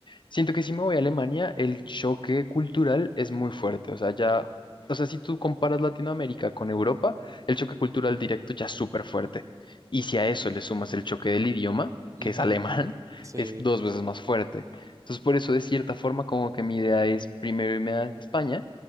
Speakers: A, on the left; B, on the right.
A: Siento que si me voy a Alemania, el choque cultural es muy fuerte. O sea, ya, o sea, si tú comparas Latinoamérica con Europa, el choque cultural directo ya es súper fuerte. Y si a eso le sumas el choque del idioma,
B: ujú,
A: que es alemán, <laughs>
B: Sí,
A: es dos
B: sí,
A: veces
B: sí.
A: más fuerte. Entonces, por eso, de cierta forma, como que mi idea es primero irme a España.